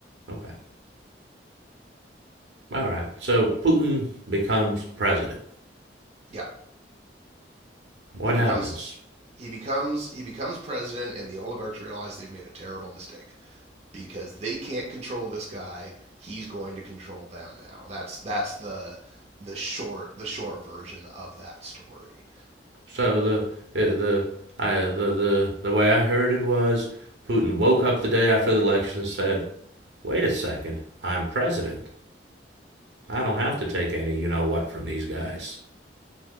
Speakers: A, on the right (about 75°); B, on the right (about 35°).
A: Okay. All right. So Putin becomes president.
B: yeah
A: What
B: he becomes
A: happens?
B: he becomes he becomes president and the oligarchs realize they've made a terrible mistake because they can't control this guy he's going to control them now that's that's the the short the short version of that story
A: So the uh, the I, the the the way I heard it was Putin woke up the day after the election and said, "Wait a second, I'm president. I don't have to take any you know what from these guys."